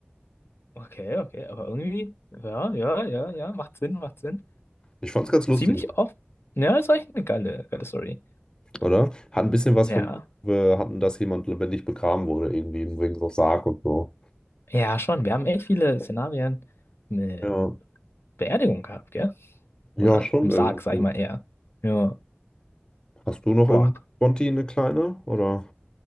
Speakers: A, on the left (about 70°); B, on the left (about 20°).
A: Okay, okay, aber irgendwie, ja, ja, ja, ja, macht Sinn, macht Sinn.
B: ich fand's ganz lustig.
A: Ziemlich oft. Ja, ist echt eine geile, geile Story.
B: oder? Hat ein bisschen was
A: Ja,
B: von, wir hatten, dass jemand lebendig begraben wurde, irgendwie wegen so Sarg und so.
A: ja, schon. Wir haben echt viele Szenarien mit
B: Ja,
A: Beerdigung gehabt, gell?
B: ja,
A: Oder
B: schon
A: im
B: irgendwie.
A: Sarg, sag ich mal eher. Ja,
B: Hast du noch
A: boah,
B: irgendwie Sponti eine kleine? Oder